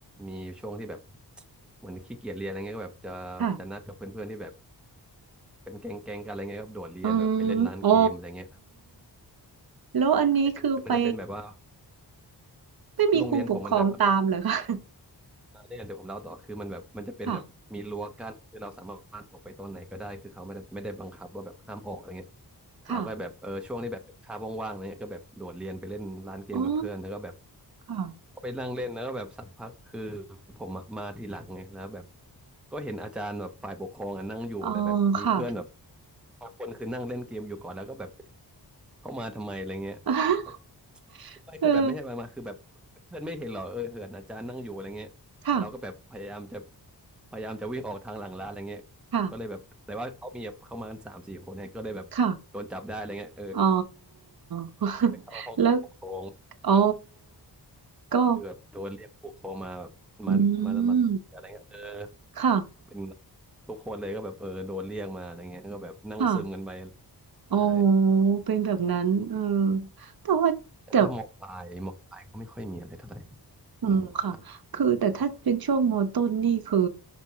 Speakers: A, in the centre; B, on the right.
A: มีช่วงที่แบบ <tsk> เหมือนขี้เกียจเรียนอะไรเงี้ยก็แบบจะจะนัดกับเพื่อนๆที่แบบ
B: ค่ะ
A: เป็นแก๊งแก๊งกันอะไรเงี้ยก็โดดเรียนแบบไปเล่นร้านเกมอะไรเงี้ย
B: อืมโอ้แล้วอันนี้คือไป
A: ไอ้มันคือมันจะเป็นแบบว่า
B: ไม่มีครูปกครองตามเหรอคะ
A: คือโรงเรียนผมมันแบบ
B: <laughs>
A: เนี่ยเดี๋ยวผมเล่าต่อคือมันแบบมันจะเป็นแบบมีรั้วกั้นคือเราสามารถออกไปตอนไหนก็ได้คือเขาไม่ได้ไม่ได้บังคับว่าแบบห้ามออกอะไรเงี้ย
B: ค่ะค่ะ
A: เราก็แบบเออช่วงที่แบบเป็นคาบว่างๆอะไรเงี้ยก็แบบโดดเรียนไปเล่นร้านเกมกับเพื่อนแล้วก็แบบ
B: อ๋อค่ะ
A: ไปนั่งเล่นแล้วก็แบบสักพักคือผมอะมาทีหลังไงแล้วแบบก็เห็นอาจารย์แบบฝ่ายปกครองอะนั่งอยู่แต่แบบมีเพื่อนแบบ
B: อ๋อค่ะ
A: บางคนคือนั่งเล่นเกมอยู่ก่อนแล้วก็แบบเข้ามาทำไมอะไรเงี้ยแบบ
B: <laughs>
A: ไม่คือแบบไม่ใช่มามาคือแบบเพื่อนไม่เห็นหรอเออเหินอาจารย์นั่งอยู่อะไรเงี้ย
B: เออค่ะ
A: เราก็แบบพยายามจะพยายามจะวิ่งออกทางหลังร้านอะไรเงี้ยก็เลยแบบแต่ว่าเขามีแบบเข้ามากันสามสี่คนเนี่ยก็เลยแบบโดนจับได้อะไรเงี้ยเออ
B: ค่ะค่ะอ๋อ <laughs>
A: <laughs> ไปเข้าห้องฝ่ายปกครอง
B: แล้ว อ๋อก็
A: ก็คือแบบโดนเรียกผู้ปกครองมาแบบมามามาอะไรเงี้ยเออ
B: อืมค่ะ
A: เป็นทุกคนเลยก็แบบเออโดนเรียกมาอะไรเงี้ยก็แบบนั่งซึมกันไป
B: ค่ะอ๋อ
A: ใช่
B: เป็นแบบนั้นเออแต่ว่าแต่
A: แต่ถ้ามอปลายมอปลายก็ไม่ค่อยมีอะไรเท่าไหร่
B: อืมค่ะคือแต่ถ้าเป็นช่วงมอต้นนี่คือ
A: อืมครับ